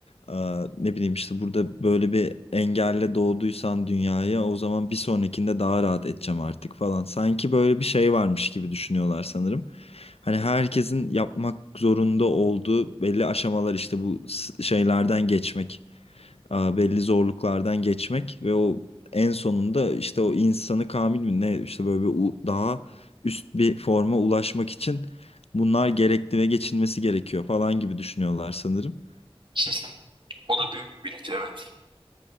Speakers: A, on the left (about 80°); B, on the right (about 55°).
A: e, ne bileyim işte burada böyle bir engelle doğduysan dünyaya o zaman bir sonrakinde daha rahat edeceğim artık falan. Sanki böyle bir şey varmış gibi düşünüyorlar sanırım. Hani herkesin yapmak zorunda olduğu belli aşamalar işte bu s- şeylerden geçmek e, belli zorluklardan geçmek ve o en sonunda işte o insanı kamil mi ne işte böyle bir u- daha üst bir forma ulaşmak için bunlar gerekli ve geçilmesi gerekiyor falan gibi düşünüyorlar sanırım.
B: İşte o da büyük bir bilinç evet.